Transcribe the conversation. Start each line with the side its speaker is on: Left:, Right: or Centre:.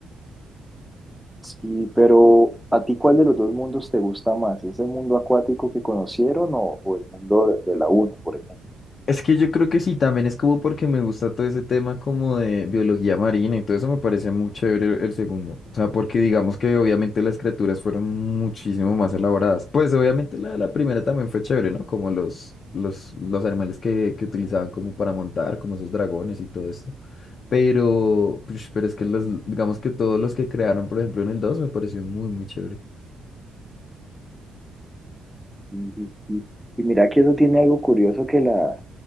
Centre: Sí, pero ¿a ti cuál de los dos mundos te gusta más? ¿Ese mundo acuático que conocieron o, o el mundo de la uno, por ejemplo?
Left: Es que yo creo que sí, también es como porque me gusta todo ese tema como de biología marina y todo eso me parece muy chévere el, el segundo. O sea, porque digamos que obviamente las criaturas fueron muchísimo más elaboradas. Pues obviamente la, la primera también fue chévere, ¿no? Como los, los, los animales que, que utilizaban como para montar, como esos dragones y todo esto. Pero, push, pero es que los, digamos que todos los que crearon, por ejemplo, en el 2, me pareció muy, muy chévere.
Centre: Sí, sí, sí. Y mira que eso tiene algo curioso que la,